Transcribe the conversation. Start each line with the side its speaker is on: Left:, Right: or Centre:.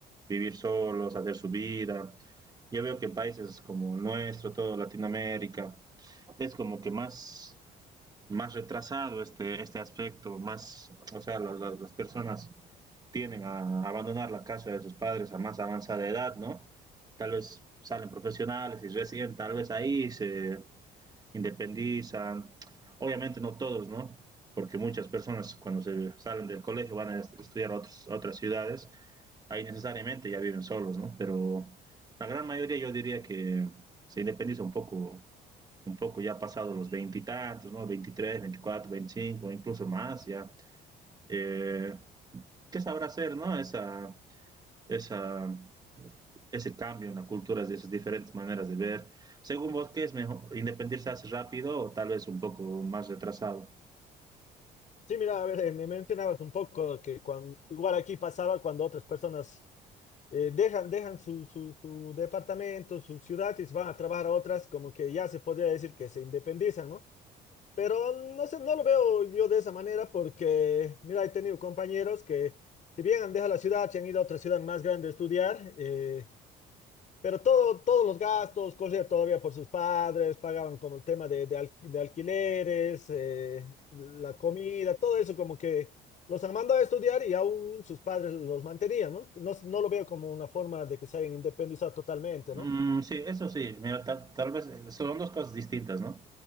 Right: vivir solos, hacer su vida. Yo veo que en países como el nuestro, todo Latinoamérica, es como que más, más retrasado este, este aspecto, más, o sea, la- la- las personas tienden a abandonar la casa de sus padres a más avanzada edad, ¿no? Tal vez salen profesionales y recién, tal vez ahí se, independizan. Obviamente no todos, ¿no? Porque muchas personas cuando se salen del colegio van a estudiar a, otros, a otras ciudades, ahí necesariamente ya viven solos, ¿no? Pero la gran mayoría yo diría que se independiza un poco, un poco ya pasado los veintitantos, ¿no? veintitrés, 24, 25, incluso más, ya. Eh, ¿Qué sabrá hacer, no? Esa, esa, ese cambio en la cultura, de esas diferentes maneras de ver. Según vos, ¿qué es mejor? ¿Independizarse rápido o tal vez un poco más retrasado?
Left: Sí, mira, a ver, eh, me mencionabas un poco que cuando, igual aquí pasaba cuando otras personas eh, dejan, dejan su, su, su departamento, su ciudad y se van a trabajar a otras, como que ya se podría decir que se independizan, ¿no? Pero no sé, no lo veo yo de esa manera porque, mira, he tenido compañeros que, si bien han dejado la ciudad, se han ido a otra ciudad más grande a estudiar, eh, pero todo, todos los gastos corrían todavía por sus padres, pagaban como el tema de, de al- de alquileres, eh, la comida, todo eso como que los han mandado a estudiar y aún sus padres los mantenían, ¿no? No, no lo veo como una forma de que se hayan independizado totalmente,
Right: Mm,
Left: ¿no?
Right: sí, eso sí, mira, tal, tal vez eh, son dos cosas distintas, ¿no?